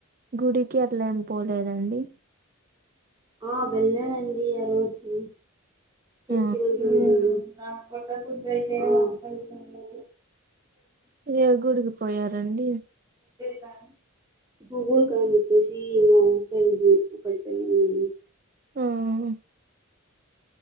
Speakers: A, on the right; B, on the right.
A: గుడికి అట్ల ఏమ్ పోలేదండి.
B: ఆ వెళ్ళానండి ఆ రోజు, ఫెస్టివల్
A: ఆ
B: రో. <unintelligible> ఆ కొత్త, కొత్తాయి చెయ్యడానికి పెర్మిషన్ ఉండదు.
A: ఏ గుడికి పోయారండి.
B: <unintelligible>
A: హుమ్మ్.